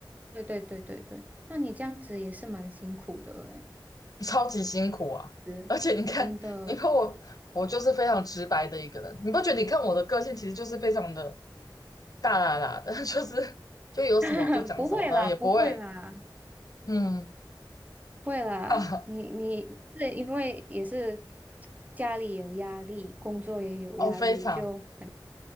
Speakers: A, on the right (about 20°); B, on the left (about 50°).
A: 对对对对对，那你这样子也是蛮辛苦的诶，
B: 超级辛苦啊！
A: 是，
B: 而且你看，
A: 真的，
B: 你看我，我就是非常直白的一个人，你不觉得？你看我的个性其实就是非常的大啦啦的，<laughs> 就是就有什么我就讲什么，
A: <laughs> 不会啦，
B: 然后也不会，
A: 不会啦，
B: 嗯，
A: 会啦，
B: <laughs> 哈哈，
A: 你你对，因为也是家里有压力，工作也有压力，
B: 哦，非常
A: 就很